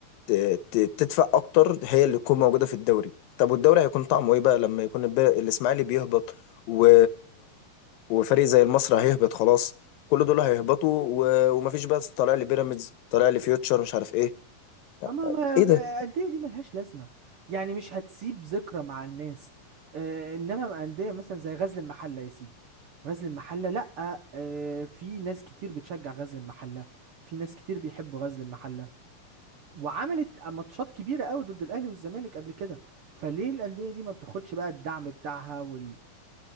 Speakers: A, on the left; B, on the right.
A: ت... ت... تدفع اكتر هي اللي تكون موجوده في الدوري طب والدوري هيكون طعمه ايه بقى لما يكون الب... الاسماعيلي بيهبط و... وفريق زي المصري هيهبط خلاص كل دول هيهبطوا و... ومفيش بقى طالع لي بيراميدز طالع لي فيوتشر مش عارف ايه
B: اما ما
A: ايه
B: ف-
A: ده
B: الانديه دي ملهاش لازمه يعني مش هتسيب ذكرى مع الناس آه انما مع انديه مثلا زي غزل المحله يا سيدي غزل المحله لا آه في ناس كتير بتشجع غزل المحله في ناس كتير بيحبوا غزل المحله وعملت ماتشات كبيره قوي ضد الاهلي والزمالك قبل كده فليه الانديه دي ما بتاخدش بقى الدعم بتاعها وال